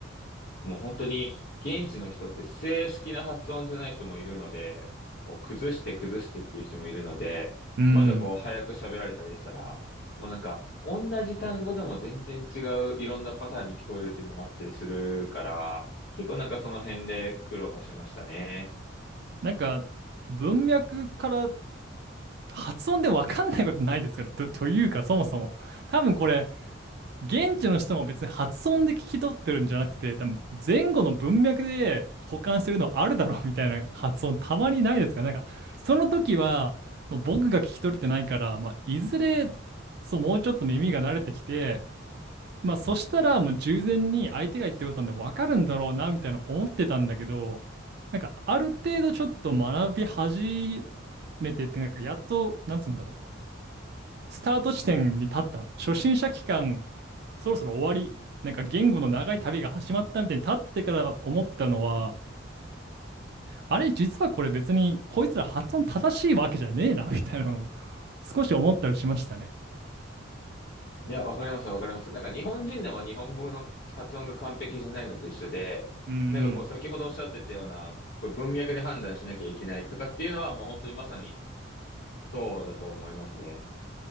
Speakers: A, on the left; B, on the right.
A: もう本当に現地の人って正式な発音じゃない人もいるので、こう崩して崩してっていう人もいるので、
B: うん。
A: まだこう早く喋られたりしたら、もうなんか同じ単語でも全然違ういろんなパターンに聞こえるっていうのもあったりするから、結構なんかその辺で苦労はしましたね。
B: なんか、文脈から発音でわかんないことないですかと、というか、そもそも。多分これ、現地の人も別に発音で聞き取ってるんじゃなくて、多分前後の文脈で保管してるのあるだろうみたいな発音たまにないですかねなんか、その時は、もう僕が聞き取れてないから、まあ、いずれ、そう、もうちょっと耳が慣れてきて、まあ、そしたらもう従前に相手が言ってることなんで分かるんだろうな、みたいな思ってたんだけど、なんか、ある程度ちょっと学び始めてって、なんか、やっと、なんつうんだろう、スタート地点に立った、初心者期間、そろそろ終わり、なんか言語の長い旅が始まったみたいに立ってから思ったのは、あれ、実はこれ別にこいつら発音正しいわけじゃねえな、みたいなのを少し思ったりしましたね。
A: いや、わかりますわかります。なんか日本人でも日本語の発音が完璧じゃないのと一緒で、
B: うんうん。
A: なんかこう先ほどおっしゃってたような、これ文脈で判断しなきゃいけないとかっていうのはもう本当にまさにそうだと思いますね。